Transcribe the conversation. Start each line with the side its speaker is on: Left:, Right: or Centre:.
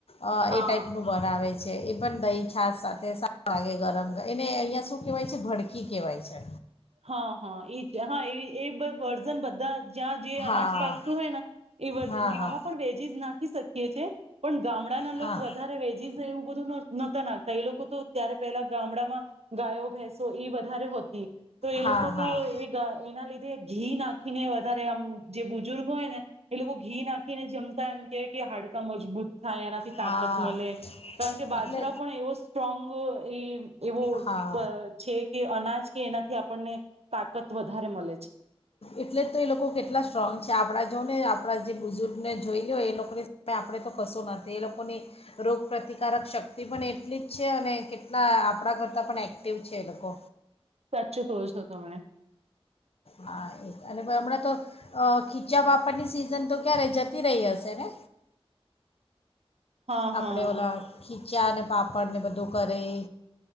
Left: અ
Right: હા
Left: એ ટાઈપનું બનાવે. છે એ પણ દહી છાસ સાથે સારો લાગે ગરમ એને અહિયાં શું કેવાય છે ભડકી કેવાય છે.
Right: હ હ એ છે હા એ એ વર્ઝન બધાં જ જ્યાં જે
Left: હા
Right: અનાજ પાકતું હોય ને એ વર્ઝન
Left: હા
Right: આમાં
Left: હા
Right: પણ વેજીસ નાખી શકીએ છે. ગામડા ના લોકો
Left: હા
Right: વધારે વેજીસ સ એવું બધું ન નતા નાખ તા એ લોકો તો ત્યારે પેલા ગામડામાં મા ગાયો ભેસો ઈ વધારે હોતી. તો એ
Left: હા
Right: લોકો તો
Left: હા
Right: એ ગાયના લીધે ઘી નાખીને વધારે આમ જે બુજુર્ગ હોય ને એ લોકો ઘી નાખીને જમ <unintelligible> કે કે હાડકા મજબૂત થાય એનાથી તાકાત
Left: હા
Right: મલે કારણ કે બાજરા
Left: એટલે
Right: પણ એવો સ્ટ્રોંગ એ એવો
Left: હા
Right: પ છે કે અનાજ કેના થી આપણને તાકત વધારે મલે છે.
Left: એટલે જ તો એ લોકો કેટલા સ્ટ્રોંગ છે આપણા જો ને આપણા જે બુઝુર્ગને જોઈલો એ લોકોની સામે આપણે તો કશું નથી એ લોકોની રોગપ્રતિકારક શક્તિ પણ એટલી જ છે અને કેટલા આપણા કરતાં પણ એક્ટિવ છે એ લોકો.
Right: સાચું કહો છો તમે.
Left: હા એ અને હમણાં તો અ ખીચ્યાં પાપડની સિઝન તો ક્યારે જતી રહી હશે ને.
Right: હા
Left: આપડે
Right: હા
Left: ઓલા ઠી ચા ને પાપડને બધું કરે એ.